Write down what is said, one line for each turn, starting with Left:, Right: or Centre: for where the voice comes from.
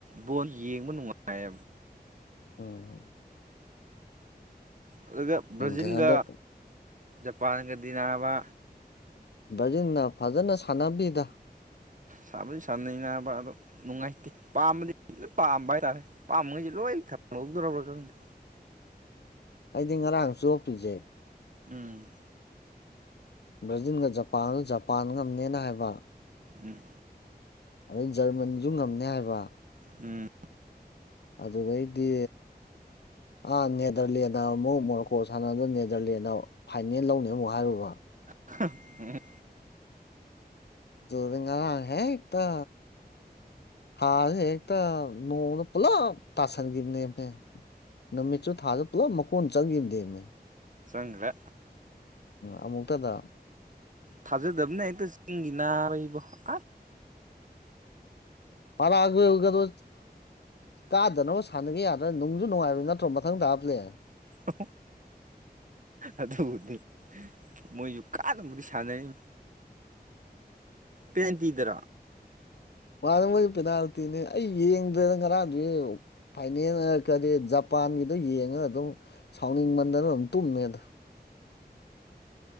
Right: ꯕꯣꯜ ꯌꯦꯡꯕ ꯅꯨꯡꯉꯥꯏ
Left: ꯎꯝ
Right: ꯑꯗꯨꯒ
Left: ꯈꯪꯗꯦ
Right: ꯕ꯭ꯔꯥꯖꯤꯜꯒ
Left: ꯑꯗꯣ
Right: ꯖꯄꯥꯟꯒ ꯗꯤꯅꯥꯕ
Left: ꯕ꯭ꯔꯖꯤꯟꯅ ꯐꯖꯅ ꯁꯥꯟꯅꯕꯤꯗ
Right: ꯁꯥꯕꯗꯤ ꯁꯥꯟꯅꯩꯅꯕ ꯑꯣ ꯅꯨꯡꯉꯥꯏꯇꯦ ꯄꯥꯝꯕꯗꯤ ꯂ ꯄꯥꯝꯕ ꯍꯥꯏꯇꯥꯔꯦ ꯄꯥꯝꯕꯉꯩꯁꯦ ꯂꯣꯏ ꯊꯝꯍꯧꯗꯔꯕ꯭ꯔꯥ ꯈꯪꯗꯦ
Left: ꯑꯩꯗꯤ ꯉꯔꯥꯡ ꯆꯣꯞꯄꯤꯖꯦ
Right: ꯎꯝ
Left: ꯕ꯭ꯔꯥꯖꯤꯟꯒ ꯖꯄꯥꯟꯒ ꯖꯄꯥꯟꯒꯝꯅꯦꯅ ꯍꯥꯏꯕ
Right: ꯎꯝ
Left: ꯑꯗꯩ ꯖꯔꯃꯟꯁꯨ ꯉꯝꯅꯤ ꯍꯥꯏꯕ
Right: ꯎꯝ
Left: ꯑꯗꯨꯒꯩꯗꯤ ꯑꯥ ꯅꯦꯗꯔꯂꯦꯟꯗ ꯑꯃꯨꯛ ꯃꯣꯔꯣꯀꯣ ꯁꯥꯟꯅꯗꯅ ꯅꯦꯗꯔꯂꯦꯟꯗ ꯐꯥꯏꯅꯦꯜ ꯂꯧꯅꯤ ꯑꯃꯨꯛ ꯍꯥꯏꯔꯨꯕ
Right: ꯎꯝ
Left: ꯖꯔꯒꯥ ꯔ ꯍꯦꯇ ꯍꯥꯇ ꯅꯣꯡꯅ ꯄꯨꯂꯣ ꯇꯁ ꯒꯤꯅꯦꯅꯦ ꯅꯨꯃꯤꯠꯁꯨ ꯊꯥꯁꯨ ꯄꯨꯂꯞ ꯃꯀꯣꯟ ꯆꯪꯈꯤꯕ ꯗꯦꯅꯦ
Right: ꯆꯒ꯭ꯔꯦ
Left: ꯎ ꯑꯃꯃꯨꯛꯇꯛꯇꯗ
Right: ꯊꯖꯗꯕꯅꯦ ꯑꯩꯣ ꯆꯤꯡꯒꯅꯔꯕ ꯑ
Left: ꯄꯔꯥꯒꯤ ꯑꯣꯏꯒꯗꯣ ꯀꯥꯗꯅꯕ ꯁꯥꯟꯅꯒꯦ ꯌꯥꯗ꯭ꯔꯅ ꯅꯨꯡꯖꯁꯨ ꯅꯨꯡꯉꯥꯏꯕ ꯅꯠꯇ꯭ꯔꯣ ꯃꯊꯪꯗ ꯍꯥꯂ
Right: ꯑ ꯑꯗꯨꯕꯨꯗꯤ ꯃꯣꯏꯁꯨ ꯀꯥꯟꯅꯕꯕꯨꯗꯤ ꯁꯥꯟꯅꯔꯤ ꯄꯦꯟꯇꯗꯔ
Left: ꯃꯥꯗ ꯃꯣꯏꯗꯤ ꯄꯦꯅꯥꯜꯇꯤꯅꯦ ꯑꯩ ꯌꯦꯡꯗꯗ ꯉꯔꯥꯡꯗꯨ ꯐꯥꯏꯅꯦꯜ ꯀꯔꯤ ꯖꯄꯥꯟꯒꯤꯗꯣ ꯌꯦꯡꯉꯒ ꯑꯗꯨꯝ ꯁꯥꯎꯅꯤꯡ ꯃꯟꯗꯅ ꯑꯗꯨꯝ ꯇꯨꯝꯃꯦ ꯑꯗ